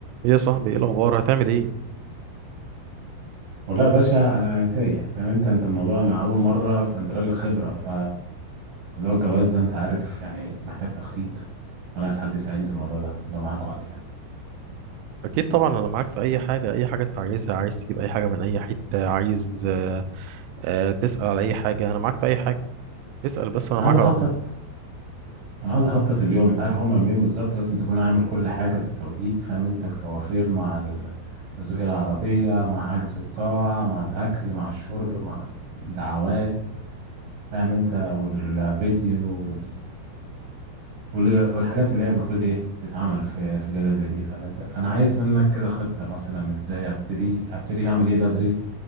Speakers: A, on the right (about 85°); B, on the right (about 70°).
A: ايه يا صاحبي ايه الاخبار هتعمل ايه
B: والله يا باشا انا تايه فاهم انت انت الموضوع انا اول مره فانت راجل خبره ف موضوع الجواز ده انت عارف يعني محتاج تخطيط وانا عايز حد يساعدني في الموضوع ده لو معاك وقت يعني
A: اكيد طبعا انا معاك في اي حاجه اي حاجه انت عايزها عايز تجيب اي حاجه من اي حته عايز آه، آه، تسال على اي حاجه انا معاك في اي حاجه اسال بس وانا
B: انا
A: معاك
B: عايز اخطط
A: على طول
B: انا عايز اخطط اليوم انت عارف هما يومين بالظبط لازم تكون عامل كل حاجه بالتوقيت فاهم انت الكوافير مع ال- تزويق العربيه مع حجز القاعه مع الاكل مع الشرب مع الدعوات فاهم انت والفيديو وال- والحاجات اللي هي المفروض ايه تتعمل في في ليله زي دي فاهم انت فانا عايز منك كده خطه مثلا ازاي ابتدي ابتدي اعمل ايه بدري